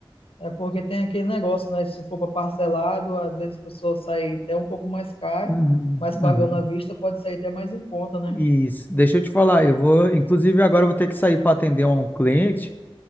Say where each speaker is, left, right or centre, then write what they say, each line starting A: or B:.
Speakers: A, on the left (about 90°); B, on the left (about 20°).
A: É porque tem aquele negócio, né? Se for para parcelado, às vezes a pessoa sai até um pouco mais caro,
B: Uhum,
A: mas pagando
B: uhum.
A: à vista pode sair até mais em conta, né?
B: Isso. Deixa eu te falar, eu vou, inclusive agora eu vou ter que sair para atender um cliente.